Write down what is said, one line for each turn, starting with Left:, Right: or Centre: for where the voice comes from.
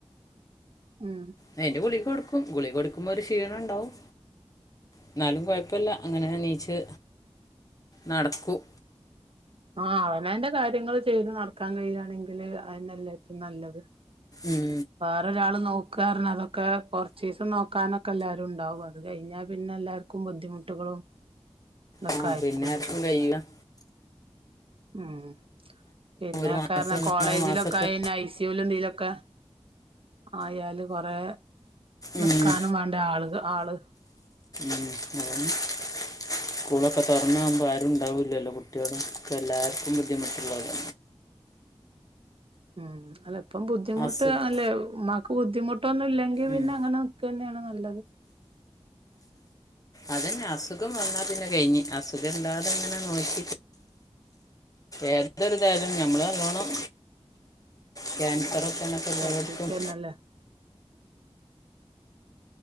Right: ഉം.
Left: അയിന്റെ ഗുളി കൊടുക്കും ഗുളി കൊടുക്കുമ്പോ ഒരു ക്ഷീണം ഉണ്ടാവും എന്നാലും കുഴപ്പമില്ല അങ്ങനെ നീച്ച് നടക്കും
Right: ആഹ് അവന അന്റെ കാര്യങ്ങൾ ചെയ്തു നടക്കാൻ കഴിയയാണെങ്കില് അയില്ല ഏറ്റും നല്ലത്
Left: ഉം
Right: വേറൊരാൾ നോക്കാ പർഞ്ഞ അതൊക്കെ കൊറച്ച ദിവസം നോക്കാനൊക്കെ എല്ലാരും ഉണ്ടാവും അത് അത് കഴിഞ്ഞാ പിന്നെ എല്ലാർക്കും ബുദ്ധിമുട്ടുകളും ഇതൊക്കെ
Left: ആഹ്
Right: ആയിരിക്കൂല്ലേ
Left: പിന്നെ ആർക്കും കഴിയു ല
Right: ഉം പിന്നെ
Left: ഒരു മാസം
Right: കാരണം
Left: ഒന്നര
Right: കോളേജിലൊക്കെ
Left: മാസമൊക്കെ
Right: ആ ഐ സുൽ എന്തലൊക്കെ ആയാലുംകൊറെ നിക്കാനും
Left: ഉം,
Right: വേണ്ട ആള് ആള്
Left: ഉം അതന്നെ സ്കൂളൊക്കെ തുറന്നാകുമ്പോൾ ആരും ഉണ്ടാവില്ലല്ലോ കുട്ടികള്ക്കെ എല്ലാവർക്കും ബുദ്ധിമുട്ടുള്ളല്ല
Right: ഉം അല്ല ഇപ്പം ബുദ്ധിമുട്ട്
Left: അസുഖം
Right: അല്ലെ ഉമമാക്ക് ബുദ്ധിമുട്ടൊന്നും ഇല്ലെങ്കിൽ പിന്നെ
Left: ഉം.
Right: അങ്ങനെ തന്നെയാണ് നല്ലത്
Left: അതന്നെ അസുഖം വന്നാൽ പിന്നെ കഴിഞ്ഞ് അസുഖമ ഇല്ലാതെങ്ങനെ നോക്കി ഏതൊരിതായാലും നഞമ്മൾ നല്ലോണം ക്യാൻസറൊക്കെ എല്ലായിടത്തും
Right: ശ്രദ്ധിക്കന്നല്ലേ